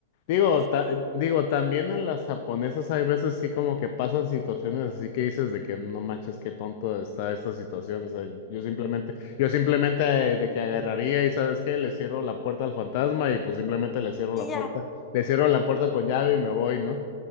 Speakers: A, on the left (about 55°); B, on the left (about 25°).
A: Digo,
B: Exacto.
A: ta- digo, también en las japonesas hay veces sí como que pasan situaciones así que dices de que no manches, qué tonto está esta situación, o sea, yo simplemente, yo simplemente eh, de que agarraría y ¿sabes qué? Le cierro la puerta al fantasma y pues simplemente le cierro
B: Y
A: la
B: ya.
A: puerta, le cierro la puerta con llave y me voy, ¿no?